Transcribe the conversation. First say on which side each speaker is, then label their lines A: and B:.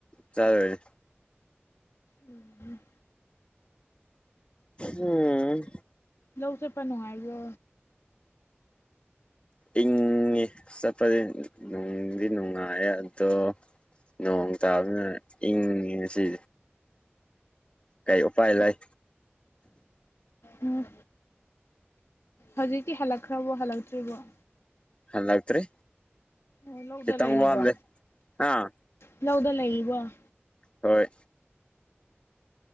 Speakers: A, on the left (about 25°); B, on the left (about 85°).
A: ꯆꯥꯗꯣꯏꯅꯦ
B: ꯎꯝ
A: ꯎꯝ
B: ꯂꯧ ꯆꯠꯄꯅꯣ ꯍꯥꯏꯕ꯭ꯔꯣ
A: ꯏꯪꯉꯦ ꯆꯠꯄꯗꯤ ꯅꯨꯡꯗꯤ ꯅꯨꯡꯉꯥꯏꯌꯦ ꯑꯗꯣ ꯅꯣꯡ ꯇꯥꯕꯅ ꯏꯪꯉꯤꯁꯤ ꯀꯥꯏ ꯎꯄꯥꯏ ꯂꯩ
B: ꯎꯝ ꯍꯧꯖꯤꯛꯀꯤ ꯍꯂꯛꯈ꯭ꯔꯕ ꯍꯂꯛꯇ꯭ꯔꯤꯕ
A: ꯍꯜꯂꯥꯛꯇꯔꯤ
B: ꯑꯣ ꯂꯧꯗ
A: ꯀꯈꯤꯇꯪꯕꯦ
B: ꯂꯩꯔꯤꯕꯣ
A: ꯍꯥꯥ
B: ꯂꯧꯗ ꯂꯩꯕꯣ
A: ꯍꯣꯏ